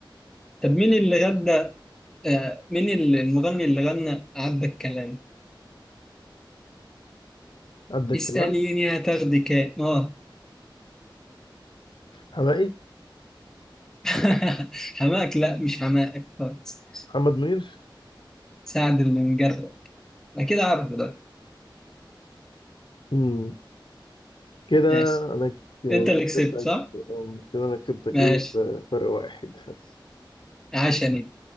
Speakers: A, in the centre; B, on the left.
A: طب مين اللي غنى آه مين ال- المغني اللي غنى عدى الكلام
B: عندك
A: اسأليني
B: كلام
A: هتاخدك إيه؟ اه
B: حمائي
A: <laughs> حماك لا مش حماك خالص
B: محمد منير
A: سعد اللي مجرب أكيد عارفه ده
B: مم. كده
A: ماشي
B: انا ك-
A: أنت اللي كسبت
B: كسبتك
A: صح؟
B: أم، كده انا كسبتك
A: ماشي
B: ايه بفرق واحد بس
A: عشاني